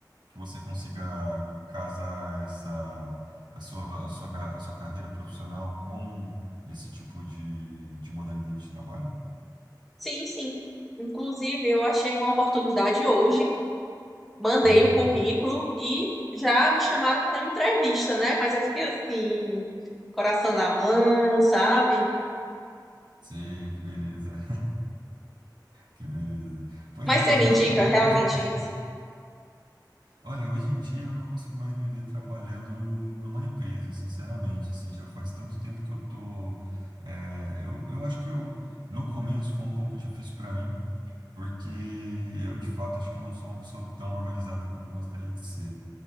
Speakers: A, on the right; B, in the centre.
A: que você consiga casar essa a sua, a sua, ca- a sua carreira profissional com esse tipo de, de modalidade de trabalho?
B: Sim, sim. Inclusive, eu achei uma oportunidade hoje mandei
A: Uhum.
B: o currículo e já me chamaram para uma entrevista, né? Mas eu fiquei assim, coração na mão, sabe?
A: Sei, que beleza, <laughs> que beleza. Pois
B: Mas
A: é,
B: você me indica
A: eu, eu
B: realmente
A: hoje em dia,
B: isso?
A: olha, hoje em dia eu não consigo mais me ver trabalhando numa empresa, sinceramente, assim, já faz tanto tempo que eu tô, é, eu, eu acho que eu, no começo foi um pouco difícil para mim, porque eu de fato acho que não sou uma pessoa tão organizada como gostaria de ser.